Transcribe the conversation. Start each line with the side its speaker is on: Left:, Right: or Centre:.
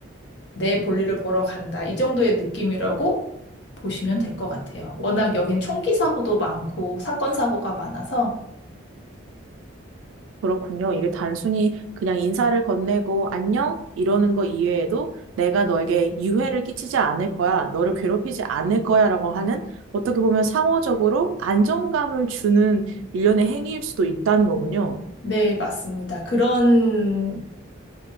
Left: 내 볼일을 보러 간다. 이 정도의 느낌이라고 보시면 될 것 같아요. 워낙 여긴 총기 사고도 많고 사건 사고가 많아서
Right: 그렇군요. 이게 단순히 그냥 인사를 건네고 안녕 이러는 거 이외에도 내가 너에게 유해를 끼치지 않을 거야, 너를 괴롭히지 않을 거야라고 하는 어떻게 보면 상호적으로 안정감을 주는 일련의 행위일 수도 있다는 거군요.
Left: 네, 맞습니다. 그런